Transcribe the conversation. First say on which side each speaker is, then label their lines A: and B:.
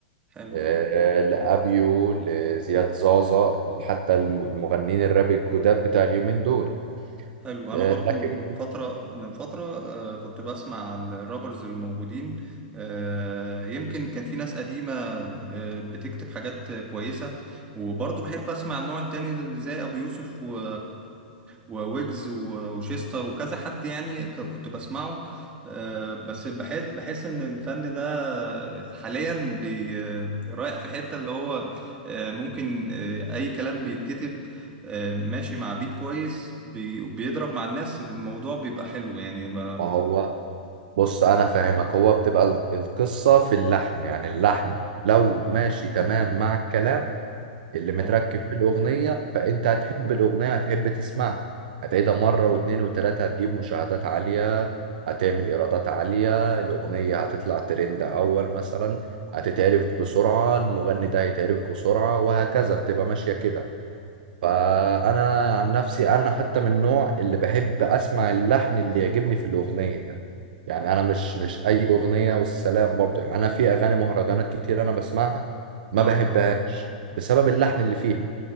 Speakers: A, on the right; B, on the right.
A: حلو
B: آه، لأبيو لزياد زازا حتى الم- المغنيين الراب الجداد بتاع اليومين دول
A: حلو انا
B: آه،
A: برضو
B: لكن
A: فترة من فترة آه، كنت بسمع الرابرز الموجودين آه، يمكن كان في ناس قديمة آه، بتكتب حاجات كويسة وبرضو بحب اسمع النوع التاني زي ابو يوسف و... وويجز و- وشيستر وكذا حد يعني ك- كنت بسمعه آه، بس بحس بحس ان الفن ده حاليا بي رايح في حتة اللي هو آه، ممكن آه، اي كلام بيتكتب آه، ماشي مع بيت كويس بي- بيضرب مع الناس الموضوع بيبقى حلو يعني ب...
B: ما هو بص أنا فاهمك هو بتبقى ال- القصة في اللحن يعني اللحن لو ماشي تمام مع الكلام اللي متركب
A: اه
B: في الأغنية فأنت هتحب الأغنية هتحب تسمعها هتعيدها مرة واتنين وتلاتة هتجيب مشاهدات عالية هتعمل إيرادات عالية الأغنية هتطلع ترند أول مثلا هتتعرف بسرعة المغني ده هيتعرف بسرعة وهكذا بتبقى ماشية كده فانا عن نفسي انا حتى من النوع اللي بحب اسمع اللحن اللي يعجبني في الاغنيه يعني انا مش مش اي اغنيه والسلام برضو يعني انا في اغاني مهرجانات كتير انا بسمعها ما
A: اه
B: بحبهاش بسبب اللحن اللي فيها